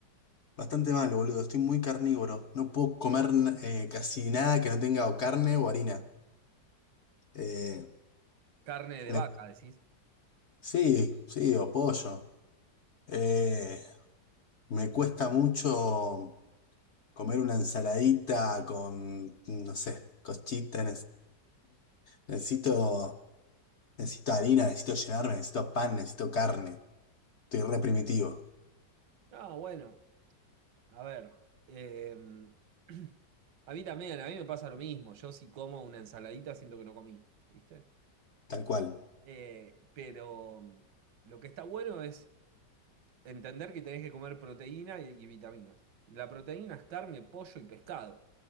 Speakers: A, on the left (about 50°); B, on the right (about 80°).
A: Bastante mal, boludo. Estoy muy carnívoro. No puedo comer eh, casi nada que no tenga o carne o harina. Eh,
B: Carne de
A: me-
B: vaca, decís.
A: sí, sí, o pollo. Eh, me cuesta mucho comer una ensaladita con, no sé, cochita. Necesito, necesito harina, necesito llenarme, necesito pan, necesito carne. Estoy re primitivo,
B: No, bueno, a ver. em, <clears throat> a mí también, a mí me pasa lo mismo. Yo si como una ensaladita siento que no comí, ¿viste?
A: tal cual.
B: Eh, pero mm, lo que está bueno es entender que tenés que comer proteína y, y vitaminas. Y la proteína es carne, pollo y pescado.